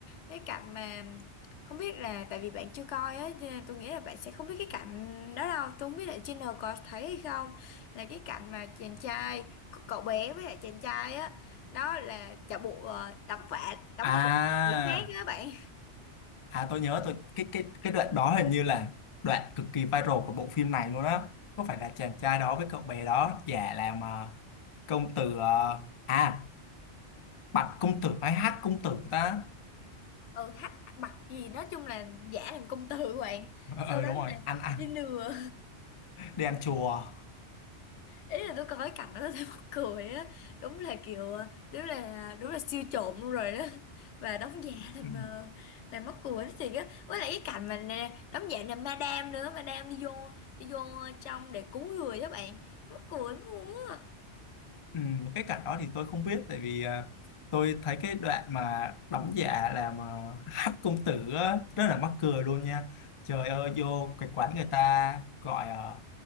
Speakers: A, on the left; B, on the left.
A: cái cảnh mà không biết là tại vì bạn chưa coi á cho nên tôi nghĩ là bạn sẽ không biết cái cảnh đó đâu tôi không biết là trên N có thấy hay không là cái cảnh mà chàng trai cậu bé với lại chàng trai á đó là chợ bộ ờ, đóng vạ đóng
B: à
A: giả người khác á bạn
B: à tôi nhớ tôi cái cái cái đoạn đó hình như là đoạn cực kỳ viral của bộ phim này luôn á có phải là chàng trai đó với cậu bé đó giả làm ờ, công tử ờ, à bạch công tử hay hát công tử ta
A: ừ hách bặc gì nói chung là giả làm công tử của bạn
B: ờ
A: sau
B: ừ,
A: đó
B: đúng rồi
A: là
B: ăn ăn
A: đi lừa
B: đi ăn chùa
A: ý là tôi coi cái cảnh đó tôi <laughs> thấy mắc cười á đúng là kiểu ờ, đúng là đúng là siêu trộm luôn rồi đó và đóng giả làm
B: Ừ.
A: ờ, làm mắc cười đó thì á với lại cái cảnh mà nè, đóng giả làm madam nữa madam đi vô đi vô trong để cứu người đó bạn mắc cười lắm luôn á
B: Ừ, cái cảnh đó thì tôi không biết tại vì à, tôi thấy cái đoạn mà đóng giả làm uh, hắc công tử á, rất là mắc cười luôn nha trời ơi vô cái quán người ta gọi ờ,